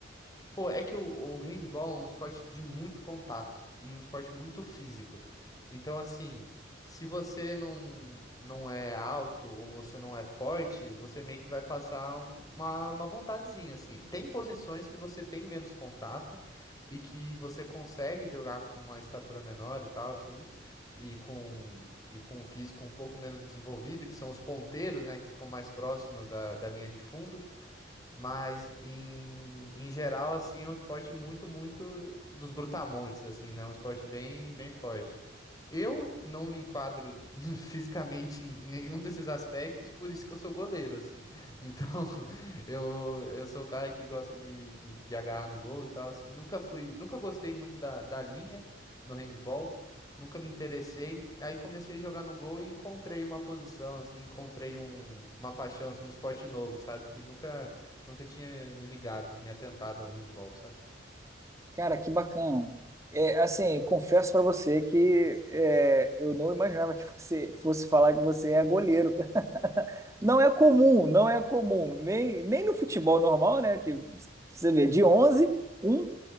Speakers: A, on the left (about 20°); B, on the right (about 15°).
A: Pô, é que o, o handball é um esporte de muito contato e um esporte muito físico. Então, assim, se você não, não é alto ou você não é forte, você meio que vai passar uma, uma vontadezinha, assim. Tem posições que você tem menos contato e que você consegue jogar com uma estatura menor e tal, assim, e com, e com o físico um pouco menos desenvolvido, que são os ponteiros, né, que ficam mais próximos da, da linha de fundo. Mas em, em geral, assim, é um esporte muito, muito dos brutamontes, assim, né? Um esporte bem, bem forte. Eu não me enquadro <laughs> fisicamente em nenhum desses aspectos, por isso que eu sou goleiro, assim. Então, <laughs> eu, eu sou o cara que gosta de, de, de agarrar no gol e tal, assim. Nunca fui, nunca gostei muito da, da linha no handball, nunca me interessei. Aí comecei a jogar no gol e encontrei uma posição, assim, encontrei um, uma paixão, assim, um esporte novo, sabe? Que nunca Nunca tinha me ligado, me atentado ao handball, sabe?
B: Cara, que bacana. É, assim, confesso pra você que é, eu não imaginava que você fosse falar que você é goleiro. <laughs> Não é comum, não é comum. Nem, nem no futebol normal, né? Que você vê, de 11 um